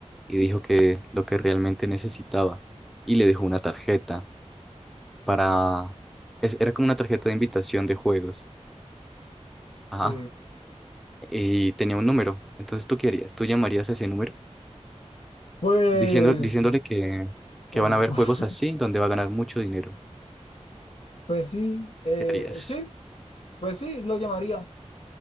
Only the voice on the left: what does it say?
Sí.
Pues,
uy,
<laughs>
pues sí, eh,
sí, pues sí, lo llamaría.